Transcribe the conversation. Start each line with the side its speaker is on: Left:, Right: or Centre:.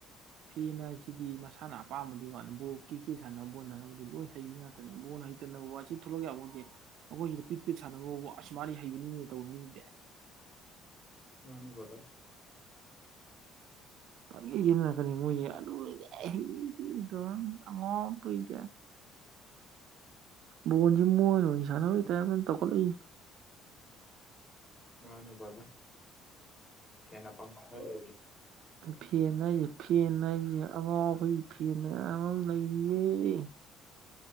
Right: ꯐꯤꯅ ꯖꯤꯗꯤ ꯃꯁꯥꯅ ꯑꯄꯥꯝꯕꯗꯨꯒꯤ ꯋꯥꯅꯤ ꯕ ꯀꯦ ꯀꯦ ꯁꯥꯟꯅꯕ ꯕꯣꯜ ꯁꯥꯟꯅꯕꯗꯨ ꯂꯣꯏ ꯍꯩ ꯉꯥꯛꯇꯅꯦ ꯕꯣꯜ ꯍꯩꯇꯅꯕ ꯋꯥ ꯁꯤ ꯊꯣꯛꯂꯛ ꯌꯥꯕꯗꯤꯦ ꯑꯩꯈꯣꯏ ꯁꯤꯗ ꯄꯤꯠ ꯄꯤꯠ ꯁꯥꯟꯅꯕꯕ ꯑꯁꯨꯃꯗꯤ ꯍꯩꯕꯅꯤ ꯇꯧꯅꯗꯤ
Left: ꯃꯥꯅꯤ ꯄꯊ
Right: ꯌꯦꯒꯅ ꯆꯀꯅꯤ ꯃꯣꯏꯗꯤ ꯑꯗꯨ ꯑꯣꯏꯔꯗꯤ ꯑꯩꯗꯤ ꯑꯗꯨꯝ ꯑꯉꯥꯎꯄꯩꯗꯦ
Left: <unintelligible>
Right: ꯐꯣꯟꯁꯤ ꯃꯣꯏ ꯑꯣꯏꯅ ꯁꯥꯟꯅꯕꯩ ꯇꯔꯞ ꯀꯅ ꯇꯧꯈꯠꯂꯛꯏ
Left: ꯃꯥꯅꯦ ꯄꯗ ꯐꯦꯟꯅ ꯄꯥꯡꯈꯩ
Right: ꯐꯦꯟ ꯍꯥꯏꯁꯦ ꯐꯦꯟ ꯍꯥꯏꯁꯦ ꯑꯉꯥꯎꯕꯒꯤ ꯐꯦꯟ ꯃꯌꯥꯝ ꯂꯩꯔꯤꯌꯦ